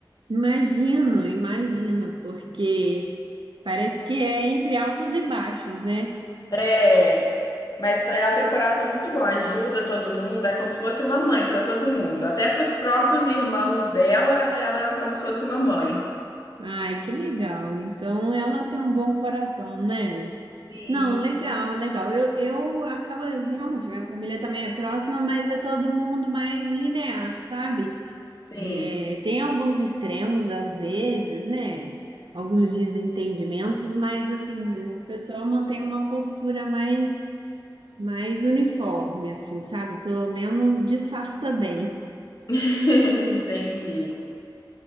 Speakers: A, on the right (about 75°); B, on the left (about 50°).
A: imagino, imagino, porque parece que é entre altos e baixos, né?
B: É, mas tá- ela tem um coração muito bom, ajuda todo mundo, é como se fosse uma mãe pra todo mundo. Até pros próprios irmãos dela, ela é como se fosse uma mãe.
A: Ai, que legal. Então ela tem um bom coração, né?
B: Sim,
A: Não, legal, legal. Eu, eu acabo realmente, minha família também é próxima, mas é todo mundo mais linear, sabe?
B: sim.
A: É, tem alguns extremos às vezes, né? Alguns desentendimentos, mas assim, o pessoal mantém uma postura mais, mais uniforme, assim, sabe? Pelo menos disfarça bem.
B: <laughs> Entendi.